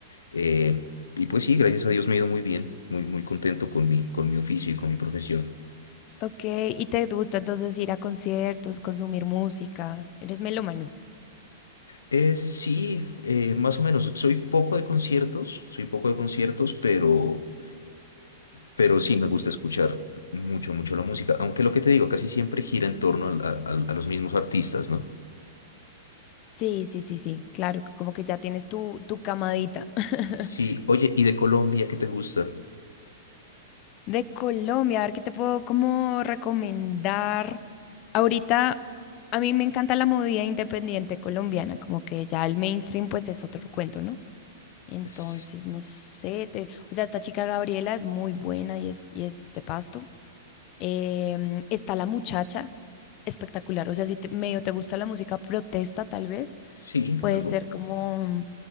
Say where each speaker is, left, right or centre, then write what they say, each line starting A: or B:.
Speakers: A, on the left (about 75°); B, on the left (about 40°).
A: eh, y pues sí, gracias a Dios me ha ido muy bien, muy, muy contento con mi, con mi oficio y con mi profesión.
B: ok, ¿y te gusta entonces ir a conciertos, consumir música? ¿Eres melómano?
A: Eh, sí, eh, más o menos. Soy poco de conciertos, soy poco de conciertos, pero, pero sí me gusta escuchar mucho, mucho la música. Aunque lo que te digo, casi siempre gira en torno al- a, a a los mismos artistas, ¿no?
B: Sí, sí, sí, sí, claro, que como que ya tienes tu, tu camadita. <laughs>
A: Sí, oye, ¿y de Colombia qué te gusta?
B: De Colombia, a ver qué te puedo como recomendar. Ahorita a mí me encanta la movida independiente colombiana, como que ya el mainstream pues es otro cuento, ¿no? Entonces,
A: Sí,
B: no sé, te- o sea, esta chica Gabriela es muy buena y es, y es de Pasto. Em, está la muchacha, espectacular. O sea, si te- medio te gusta la música protesta, tal vez,
A: sí,
B: puede
A: algo.
B: ser como,